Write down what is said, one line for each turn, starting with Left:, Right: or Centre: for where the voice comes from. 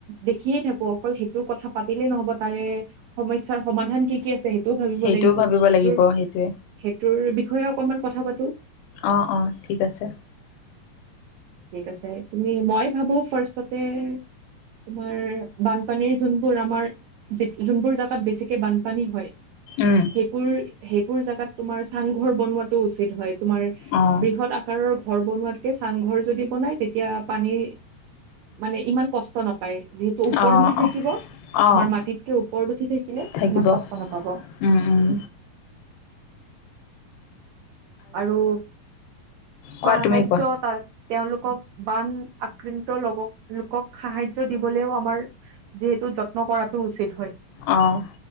Right: দেখিয়ে থাকোঁ, অকল সেইটোৰ কথা পাতিলেই নহ'ব। তাৰ - সমস্যাৰ সমাধান কি কি আছে, সেইটোও ভাবিব
Left: সেইটোও
Right: লাগিব।
Left: ভাবিব
Right: সেইটোৰ-
Left: লাগিব সেইটোৱে
Right: সেইটোৰ বিষয়ে অকণমান কথা পাতোঁ।
Left: অ', অ', ঠিক আছে।
Right: ঠিক আছে তুমি, মই ভাবোঁ ফাৰ্ষ্ট- ততে তোমাৰ, বানপানীৰ যোনবোৰ আমাৰ- যেত, যোনবোৰ জাগাত বেছিকে বানপানী হয়,
Left: উম
Right: সেইবোৰ- সেইবোৰ জাগাত তোমাৰ চাংঘৰ বনোৱাতো উচিত হয়। তোমাৰ-
Left: অ'
Right: বৃহৎ আকাৰৰ ঘৰ বনোৱাতকে- চাংঘৰ যদি বনাই তেতিয়া পানী, মানে ইমান কষ্ট না- পাই যিহেতু ওপৰত
Left: অ'
Right: উঠি থাকিব,
Left: অ'
Right: তোমাৰ
Left: অ'
Right: মাটিতকে ওপৰত উঠি থাকিলে
Left: থাকিব
Right: ইমান কষ্ট নাপাব।
Left: উম, উম।
Right: আৰু স-সাহায্য
Left: কোৱা তুমি কোৱা
Right: তাত- তেওঁলোকক বান, আক্ৰান্ত লকক, লোকক সাহায্য দিবলৈও আমাৰ- যিহেতু যত্ন কৰাটো উচিত হয়।
Left: অহ।